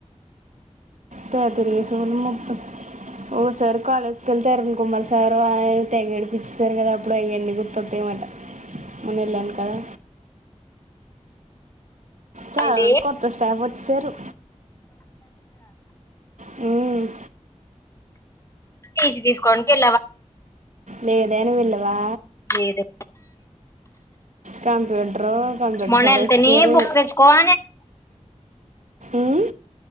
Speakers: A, on the right; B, on the left.
A: త తిరిగేసా ముప్పై ఓ సార్ కాలేజ్కి వెళ్తే అరుణ్ కుమార్ సార్ ఆయన తెగడిపిచ్చిస్తారు కదా ఇప్పుడు అయన్నీ గుర్ప్పతాయమాట మొన్న వెళ్ళాను కదా చాల
B: ఏంటి
A: మంది కొత్త staff watch sir you hum
B: TC తీసుకోవడానికి వెళ్ళే వా
A: లేదేని వెల్లవా
B: లేదు
A: కంప్యూటర్ కంప్యూటర్
B: మొన్న
A: సార్
B: వెళ్తేనే
A: వచ్చారు
B: బుక్ తెచ్చుకోవాలి
A: ఉమ్